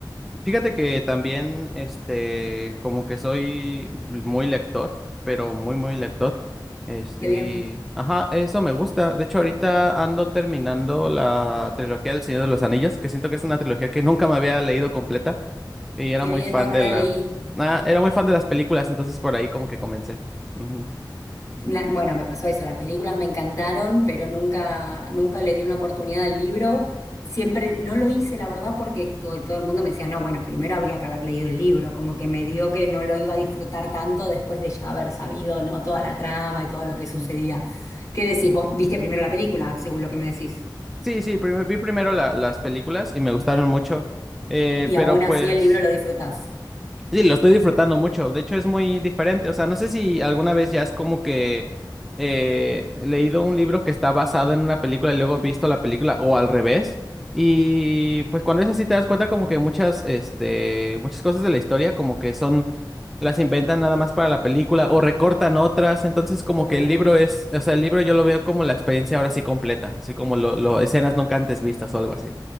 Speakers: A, in the centre; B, on the left.
A: Fíjate que también, este, como que soy muy lector, pero muy, muy lector. Este,
B: Qué bien,
A: y- ajá, eso me gusta. De hecho, ahorita ando terminando la trilogía del Señor de los Anillos, que siento que es una trilogía que nunca me había leído completa y era
B: qué
A: muy
B: bien,
A: fan
B: no, no
A: de
B: la
A: la...
B: leí.
A: Ah, era muy fan de las películas, entonces por ahí como que comencé. Ujú,
B: La- bueno, me pasó eso, las películas me encantaron, pero nunca, nunca le di una oportunidad al libro. Siempre no lo hice, la verdad, porque to- todo el mundo me decía, no, bueno, primero habría que haber leído el libro, como que me dio que no lo iba a disfrutar tanto después de ya haber sabido, ¿no? Toda la trama y todo lo que
A: ujú.
B: sucedía. ¿Qué decís? Vos viste primero la película, según lo que me decís,
A: Sí, sí, prim- vi primero la- las películas y me gustaron mucho, eh,
B: y
A: pero
B: aún así
A: pues...
B: el libro lo disfrutás.
A: Sí, lo estoy disfrutando mucho. De hecho, es muy diferente. O sea, no sé si alguna vez ya es como que eh, he leído un libro que está basado en una película y luego he visto la película o al revés. Y pues cuando es así te das cuenta como que muchas, este, muchas cosas de la historia como que son, las inventan nada más para la película o recortan otras. Entonces como
B: Totalmente.
A: que el libro es, o sea, el libro yo lo veo como la experiencia ahora sí completa, así como lo, lo escenas nunca antes vistas o algo así.